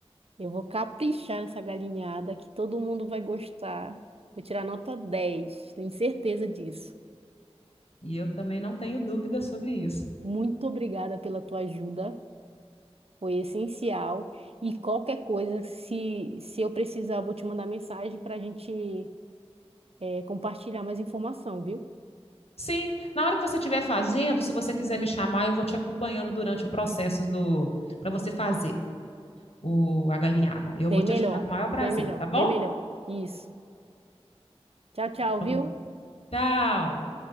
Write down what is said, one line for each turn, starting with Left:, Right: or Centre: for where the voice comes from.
Right: Eu vou caprichar nessa galinhada que todo mundo vai gostar. Vou tirar nota 10. tenho certeza disso.
Left: E eu também não tenho dúvida sobre isso.
Right: Muito obrigada pela tua ajuda. Foi essencial. E qualquer coisa, se, se eu precisar, eu vou te mandar mensagem para a gente eh, compartilhar mais informação, viu?
Left: Sim, na hora que você estiver fazendo, se você quiser me chamar, eu vou te acompanhando durante o processo do para você fazer o a galinhada. Eu
Right: Bem
Left: vou te
Right: melhor,
Left: ajudar com o maior prazer,
Right: bem melhor,
Left: tá bom?
Right: bem melhor. Isso. Tchau, tchau,
Left: Então,
Right: viu?
Left: tchau.